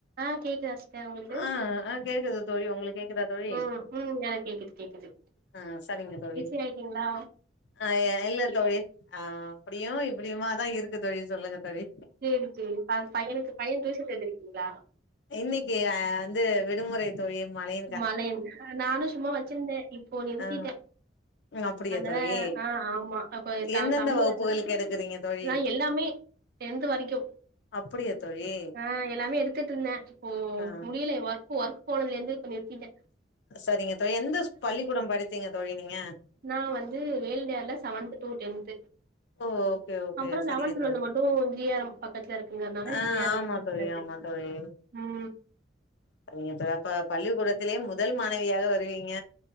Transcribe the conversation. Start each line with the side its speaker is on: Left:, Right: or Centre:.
Right: ஆ கேக்குதா சிஸ்டர் உங்களுக்கு
Left: ஆ அ கேக்குது தோழி உங்களுக்கு கேக்குதா தோழி
Right: ம் ம் எனக்கு கேக்குது கேக்குது
Left: ஆ செரிங்க தோழி
Right: பிஸி ஆயிட்டீங்களா
Left: நா அ இல்ல தோழி ஆ அப்டியு இப்டியுமாதா இருக் க்கு தோழி சொல்லுங்க தோழி
Right: சேரி சேரி ப பையனுக்கு பைய டியூஷன் சேத்திருக்கீங்களா
Left: இன்னைக்கு வந்து விடுமுறை தோழி மழையா
Right: மழை நானு சும்மா வச்சிருந்தே இப்போ நிறுத்திட்டே
Left: ஆ அப்டியா
Right: அத
Left: தோழி
Right: ஆ ஆமா அப்ப த
Left: எந்தெந்த
Right: தம்பி
Left: வகுப்புகளுக்கு
Right: வர
Left: எடுக்குறீங்க தோழி
Right: ஆ எல்லாமே டென்த்து வரைக்கு
Left: அப்டியா தோழி
Right: ஆ எல்லாமே எடுத்துட்டுருந்தே ஓ
Left: ஆ
Right: முடியில ஒர்க் ஒர்க் போனதுலேருந்து இப்ப நிறுத்திட்டே
Left: சரிங்க தோழி எந்த ஸ் பள்ளிக்கூடோ படிச்சீங்க தோழி நீங்க
Right: நான் வந்து வேல்னியால seventh to tenth
Left: O okay okay
Right: அப்றோ லெவன்த்
Left: சரிங்க
Right: டுவெல்த்
Left: தோழி
Right: மட்டு ஜி ஆர் எம் பக்கத்துல இருக்குங்கறனால
Left: ஆ
Right: ஜி ஆர் எம்
Left: ஆமா
Right: படிச்சாச்சு
Left: தோழி ஆமா தோழி
Right: ம்
Left: சரிங்க தோழி அப்ப பள்ளிக்கூடத்திலேயே முதல் மாணவியா வருவீங்க